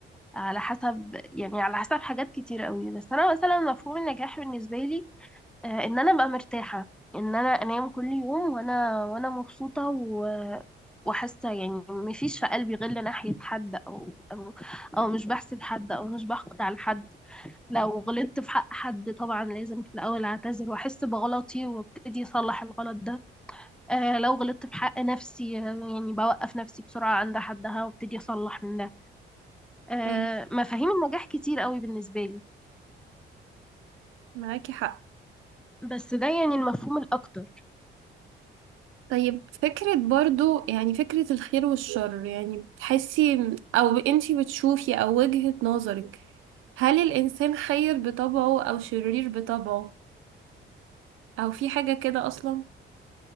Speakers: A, in the centre; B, on the right.
A: على حسب يعني على حسب حاجات كتير قوي بس انا مثلا مفهوم النجاح بالنسبه لي آه، ان انا ابقى مرتاحه ان انا انام كل يوم وانا وانا مبسوطه و وحاسه يعني مفيش في قلبي غل ناحيه حد او او, أو مش بحسد حد او مش بحقد على حد لو غلطت في حق حد طبعا لازم في الأول أعتذر وأحس بغلطي وأبتدي أصلح الغلط ده آه لو غلطت في حق نفسي آه، يعني بوقف نفسي بسرعة عند حدها وأبتدي أصلح من ده آه
B: اي
A: مفاهيم النجاح كتير قوي بالنسبة لي
B: معاكي حق
A: بس ده يعني المفهوم الأكتر
B: طيب فكرة برضو يعني فكرة الخير والشر يعني بتحسي أو أنتي بتشوفي أو وجهة نظرك هل الإنسان خير بطبعه أو شرير بطبعه أو في حاجة كده أصلا